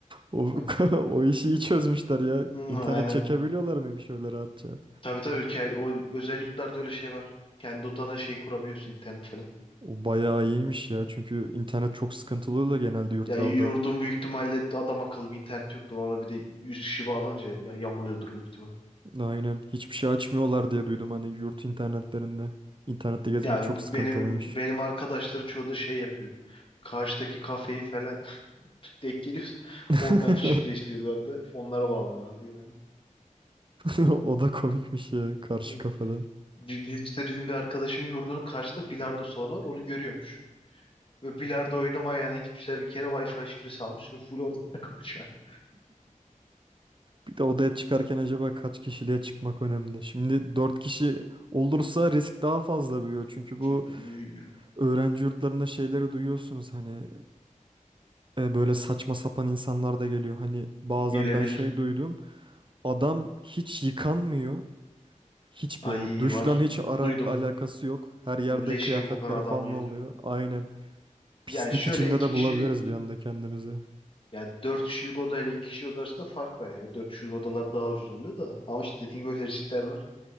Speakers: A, on the right (about 40°); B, on the left (about 40°).
A: O,
B: Heh.
A: <laughs> o işi iyi çözmüşler ya.
B: Hmm,
A: İnternet
B: aynen.
A: çekebiliyorlar mıymış öyle rahatça?
B: Tabii tabii ke- o özelliklerde öyle şey var. Kendi odana şey kurabiliyorsun internet falan.
A: O bayağı iyiymiş ya. Çünkü
B: Hı.
A: internet çok sıkıntılı oluyor genelde yurtlarda.
B: Ya yurdun büyük ihtimalle adam akıllı bir internet yoktur. Ona bir de 100 kişi bağlanınca ya yamuluyordur o ihtimal.
A: Aynen. Hiçbir şey açmıyorlar diye duydum hani yurt internetlerinde. İnternette gezmek
B: Ya
A: çok
B: benim
A: sıkıntılıymış.
B: benim arkadaşların çoğu da şey yapıyor. Karşıdaki kafeyi falan <laughs> denk geliyorsa
A: <laughs>
B: oradan şifre istiyorlardı. Onlara bağlanıyorlardı genelde.
A: <laughs> O da komikmiş ya karşı
B: Hı.
A: kafada.
B: Bi- Bizim işte bizim bir arkadaşın yurdunun karşısında bilardo salonu var. Onu görüyormuş. Ve bilardo oynamayana gitmişler bir kere Wi-Fi şifresi almış. Şimdi Full orada <laughs> takılıyor şu anda.
A: Bir de odaya çıkarken acaba kaç kişiliğe çıkmak önemli? Şimdi 4 kişi olursa risk daha fazla büyüyor. Çünkü bu
B: Çünkü
A: öğrenci yurtlarında şeyleri duyuyorsunuz hani e, böyle saçma sapan insanlar da geliyor. Hani bazen
B: <laughs> Gelebilir.
A: ben şey duydum. Adam hiç yıkanmıyor. Hiç
B: Ay
A: böyle duşla
B: var.
A: hiç ara
B: Duydum.
A: alakası yok. Her yerde
B: Leş
A: kıyafetleri
B: gibi kokan adam
A: falan
B: gelir.
A: oluyor. Aynen.
B: Yani
A: Pislik
B: şöyle
A: içinde
B: iki
A: de
B: kişilik
A: bulabiliriz bir anda kendimizi.
B: Yani 4 kişilik odayla iki 2 kişi oda arasında fark var. Yani 4 kişilik odalar daha ucuz oluyor da. Ama işte dediğim gibi böyle riskler var.